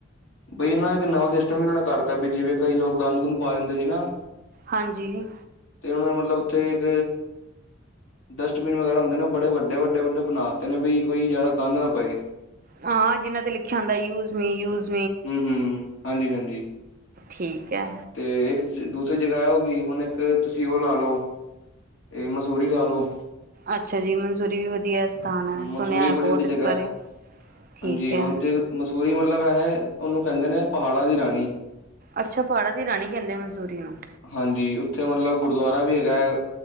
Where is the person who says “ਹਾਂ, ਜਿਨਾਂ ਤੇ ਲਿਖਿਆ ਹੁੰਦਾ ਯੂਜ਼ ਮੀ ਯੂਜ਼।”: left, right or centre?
Right